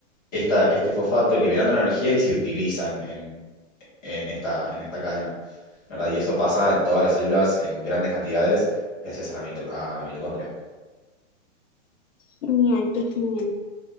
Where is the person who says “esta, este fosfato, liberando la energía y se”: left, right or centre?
Left